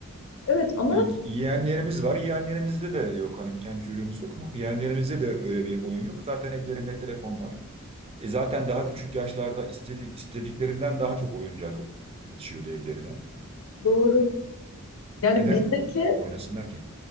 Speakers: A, on the left; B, on the right.
A: Evet ama
B: E, yeğenlerimiz var. Yeğenlerimizde de yok. Hani bir kendi çocuğumuz yok ama yeğenlerimizde de öyle bir oyun yok. Zaten ellerinde telefon var. E zaten daha küçük yaşlarda istedi, istediklerinden daha çok oyuncak geçiyordu ellerine.
A: doğru. Yani
B: Neden
A: bizdeki,
B: o- oynasınlar ki?